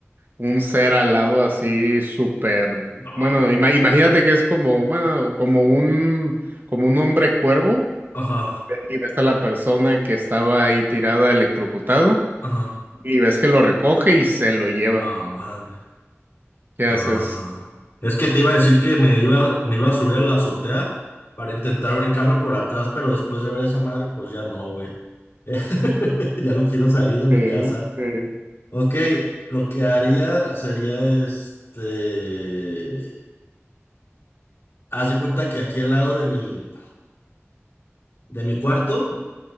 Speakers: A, on the right; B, on the left.
A: un ser alado así súper,
B: No,
A: bueno,
B: no.
A: ima- imagínate que es como, bueno, como un, como un hombre cuervo
B: Ajá,
A: y ves a la persona que estaba ahí tirada electrocutada
B: ajá.
A: y ves que lo recoge y se lo lleva.
B: La madre.
A: ¿Qué
B: Ah,
A: haces?
B: es que te iba a decir que me iba, me iba a subir a la azotea para intentar brincarme por atrás, pero después de ver esa madre, pues ya no, güey. <laughs> Ya no quiero salir de mi
A: Eh,
B: casa.
A: eh,
B: Ok, lo que haría sería este. Haz de cuenta que aquí al lado de mi, de mi cuarto